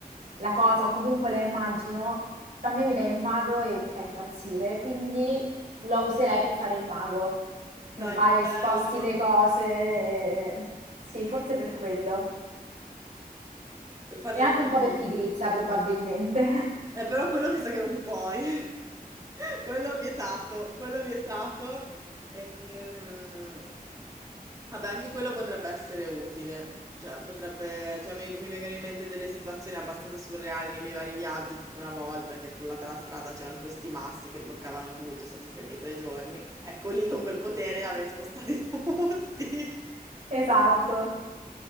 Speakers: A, on the right (about 55°); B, on the right (about 20°).
A: la cosa, o comunque la immagino, a me mi dai un mago e mi fa impazzire, quindi lo userei per fare il mago.
B: Dai,
A: E Vai
B: che bello,
A: e sposti le cose. e- Sì, forse per quello.
B: per fare
A: E anche
B: le magie.
A: un po' per pigrizia, probabilmente. <laughs>
B: Eh, però quello mi sa che non puoi. <laughs> Quello vietato, quello vietato. Ehm, vabbè, anche quello potrebbe essere utile. Cioè, potrebbe, cioè, mi, mi vengono in mente delle situazioni abbastanza surreali nei miei vari viaggi, tipo una volta che è crollata la strada, c'erano questi massi che bloccavano tutto, e stati fermi tre giorni. Ecco lì con quel potere l'avrei spostati <laughs> tutti.
A: Esatto,